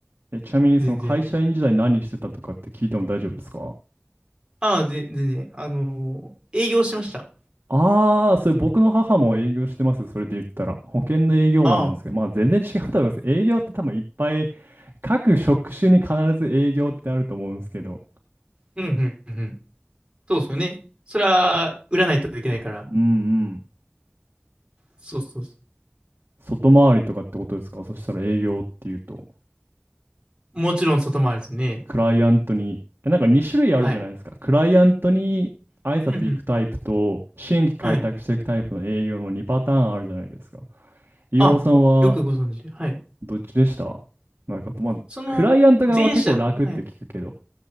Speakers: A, on the right; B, on the right.
A: え、ちなみにその会社員時代何してたとかって聞いても大丈夫ですか
B: 全然。ああ、ぜ、全然。あのー営業してました。
A: ああー、それ僕の母も営業してますよ。それで言ったら。保険の営業マンなんですけど、
B: ああ。
A: まあ全然違うと思います。営業って多分いっぱい、各職種に必ず営業ってあると思うんですけど。
B: うん、うん、うん。そうですよね。それは、売らないといけないから。
A: うんうん。
B: そうそうそ
A: 外回りとかってことですかそしたら営業っていうと。
B: う。もちろん外回りですね。
A: クライアントに、えなんか2種類あるじゃないですか。
B: はい。
A: クライアントに挨拶行くタイプと、
B: うんうん。
A: 新規開拓していくタイプの営業の2パターンあるじゃないですか。
B: はい。
A: 岩尾さんは
B: あ、よくご存知で。はい。
A: どっちでしたなんか、まあ、
B: その、
A: クライアント側は結構楽って聞くけど。
B: 前者、はい。